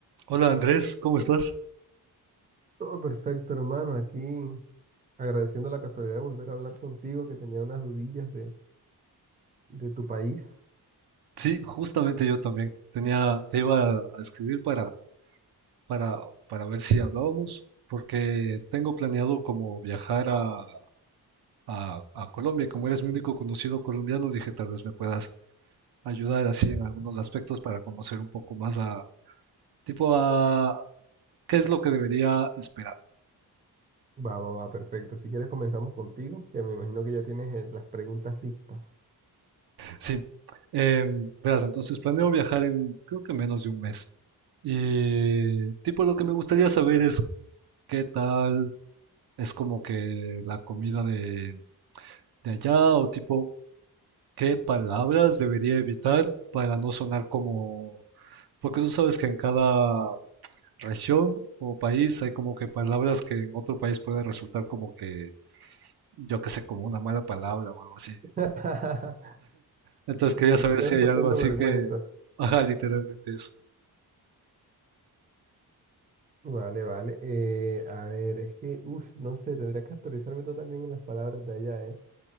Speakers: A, on the right (about 75°); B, on the right (about 20°).
A: Hola Andrés, ¿cómo estás?
B: Todo perfecto, hermano. Aquí agradeciendo la casualidad de volver a hablar contigo, que tenía unas dudillas de, de tu país.
A: Sí, justamente yo también. Tenía, te iba a escribir para, para, para ver si hablábamos, porque tengo planeado como viajar a, a, a Colombia. Como eres mi único conocido colombiano, dije tal vez me puedas ayudar así en algunos aspectos para conocer un poco más a, tipo a, qué es lo que debería esperar.
B: Va, va, va, perfecto. Si quieres comenzamos contigo, que me imagino que ya tienes eh, las preguntas listas.
A: Sí, em, verás, entonces planeo viajar en, creo que menos de un mes. Y tipo lo que me gustaría saber es qué tal. Es como que la comida de, de allá o tipo, ¿qué palabras debería evitar para no sonar como... Porque tú sabes que en cada región o país hay como que palabras que en otro país puede resultar como que, yo qué sé, como una mala palabra o algo así.
B: <laughs>
A: Entonces
B: Como
A: quería saber
B: que quedas
A: si hay
B: pasando
A: algo así
B: vergüenza.
A: que... Ajá, literalmente eso.
B: Vale, vale. Eh, a ver, es que, uff, no sé, tendría que actualizarme tú también en las palabras de allá, ¿eh?